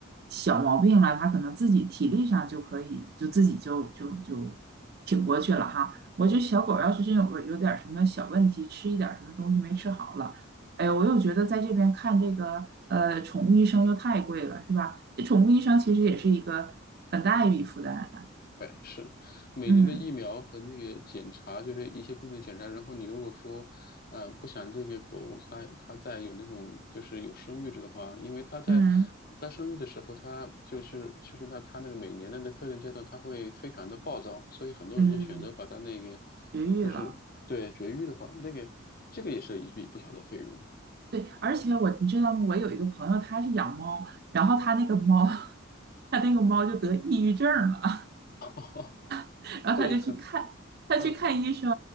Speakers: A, on the right (about 50°); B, on the left (about 45°).
A: 小毛病了，它可能自己体力上就可以，就自己就就就挺过去了哈。我觉得小狗要是真有个有点儿什么小问题，吃一点儿什么东西没吃好了，哎，我又觉得在这边看这个呃宠物医生又太贵了，是吧？这宠物医生其实也是一个很大一笔负担啊
B: 对，是每年的疫苗和那个检查，
A: 嗯
B: 就是一些固定的检查。然后你如果说，呃，不想这个狗它它再有那种就是有生育制的话，因为它在
A: 嗯
B: 它生育的时候，它就是就是它它那个每年的那特定阶段，它会非常的暴躁，所以很多人都选择把它那个
A: 嗯，绝育了。
B: 就是对绝育的话，那个这个也是一笔不小的费用。
A: 对，而且我你知道吗？我有一个朋友，他是养猫，然后他那个猫，<laughs> 他那个猫就得抑郁症了，
B: <laughs>
A: <laughs> 然后他就去看，
B: 对，很
A: 他去看医生，
B: 嗯